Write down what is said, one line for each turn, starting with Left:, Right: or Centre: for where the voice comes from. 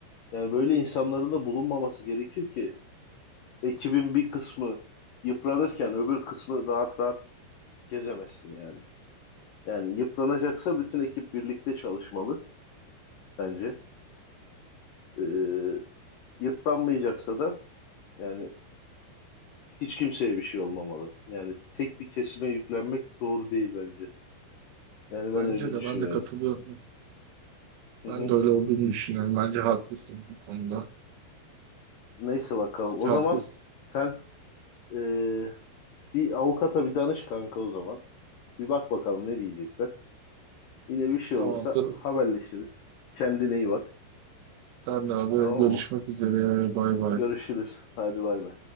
Left: Yani böyle insanların da bulunmaması gerekir ki ekibin bir kısmı yıpranırken öbür kısmı rahat rahat gezemezsin yani. Yani yıpranacaksa bütün ekip birlikte çalışmalı bence. Ee, yıpranmayacaksa da yani hiç kimseye bir şey olmamalı. Yani tek bir kesime yüklenmek doğru değil bence. Yani ben
Right: Bence
Left: öyle
Right: de
Left: düşünüyorum.
Right: ben de katılıyorum.
Left: Hı
Right: Ben
Left: hı.
Right: de öyle olduğunu düşünüyorum. Bence haklısın bu konuda.
Left: Neyse bakalım.
Right: Bence
Left: O
Right: haklısın.
Left: zaman sen ee, bir avukata bir danış kanka o zaman. Bir bak bakalım ne diyecekler. Yine bir şey
Right: Tamamdır.
Left: olursa haberleşiriz. Kendine iyi bak.
Right: Senle abi
Left: Tamam
Right: görüşmek
Left: mı?
Right: üzere. Bay bay.
Left: Görüşürüz. Hadi bay bay.